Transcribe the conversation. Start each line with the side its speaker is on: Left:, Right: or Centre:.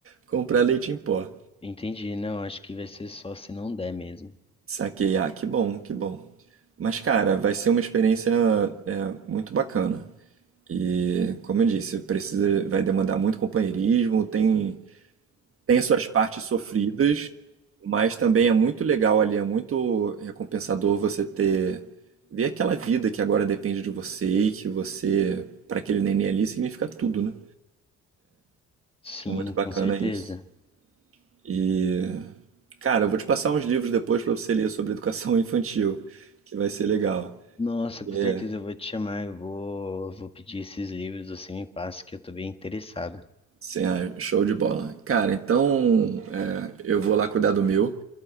Right: comprar leite em pó.
Left: entendi. Não, acho que vai ser só se não der mesmo.
Right: Saquei. Ah, que bom, que bom. Mas, cara, vai ser uma experiência é, muito bacana. E, como eu disse, precisa, vai demandar muito companheirismo, tem tem as suas partes sofridas, mas também é muito legal ali, é muito recompensador você ter ver aquela vida que agora depende de você e que você para aquele neném ali significa tudo, né?
Left: Sim,
Right: É muito bacana
Left: com certeza.
Right: isso. E cara, eu vou te passar uns livros depois para você ler sobre educação <laughs> infantil, que vai ser legal.
Left: Nossa, com
Right: É,
Left: certeza eu vou te chamar, eu vou, vou pedir esses livros, você me passa que eu tô bem interessado.
Right: sim, ah, show de bola. Cara, então é, eu vou lá cuidar do meu,